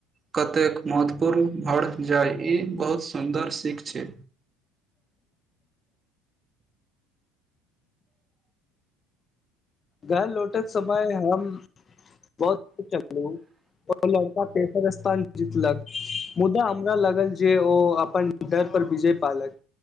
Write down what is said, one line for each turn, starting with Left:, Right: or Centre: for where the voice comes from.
Right: कतेक महत्वपूर्ण घर जाय ई बहुत सुन्दर सीख छै
Left: घर लौटैत समय हम बहुतर चललहु ओ लड़का तेसर स्थान जीतलक मुदा हमरा लागल जे ओ अपन डर पर विजय पालक